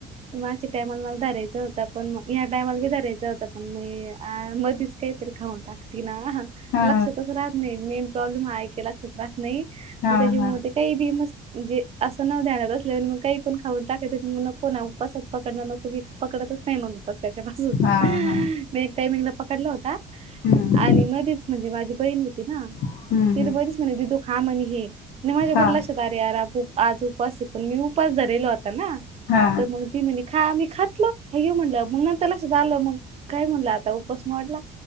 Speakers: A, on the right (about 35°); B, on the left (about 80°).
A: मागच्या टायमाला मला धरायच होता. पण ह्या टायमाला धरायचा होता पण. मि धरलाय मध्येच काहीतरी खाऊन टाकते ना.
B: हा
A: लक्षातच राहत नाही. मेन प्रॉब्लेम आहे. की लक्षात राहत नाही.
B: हा
A: मग त्याच्यामुळे
B: हा
A: ते काही बी. मस्त म्हजे असं नण्यात. मग काही पण खाऊ टाक. नको ना उपासात पकडण नको पकडतच नाही मगप. त्याच्या बाजून
B: हा हा
A: मी एक टाइमिंगला पकडला होता.
B: हम्म
A: आणि मध्येच म्हणजे माझी बहीण होती ना.
B: हम्म
A: ति
B: हम्म
A: मधच म्हणे दिदु खा म्हण हे. माझ्याकडून
B: हा
A: लक्षात आरे यार आज उपास आहे. पण मी उपास धरेलो होता. ना
B: हा
A: तर म्हणती <unintelligible> खा मी खातलो हायो म्हणलं, मग नंतर लक्षात आलं मग काय म्हणलं आता उपास मोडला.